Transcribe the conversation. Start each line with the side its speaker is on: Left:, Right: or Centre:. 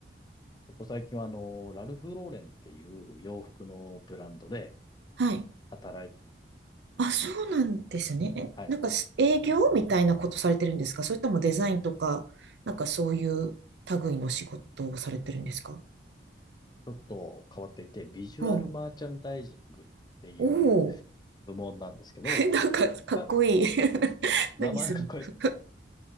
Left: ここ最近はあの、ラルフ・ローレンっていう洋服のブランドで
Right: はい。
Left: 働いてます。
Right: あ、そうなんですね。えなんかす営業みたいなことされてるんですかそれともデザインとか、
Left: はい。ち
Right: なんかそういう類の仕事をされてるんですか
Left: ょっと変わっていて、ビジュアルマーチャンダイジングっていう
Right: ほう。おお。
Left: 部門なんですけど、
Right: <laughs> なんかかっこいい。
Left: あ
Right: <laughs> 何する
Left: 名前はかっこいいです。
Right: <laughs>